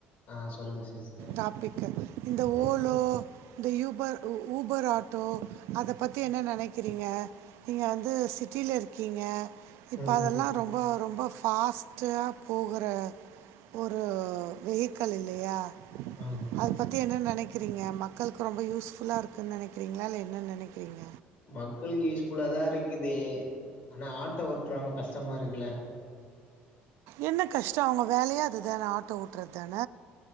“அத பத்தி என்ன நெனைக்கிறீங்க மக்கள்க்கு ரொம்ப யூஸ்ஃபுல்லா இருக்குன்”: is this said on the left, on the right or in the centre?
Right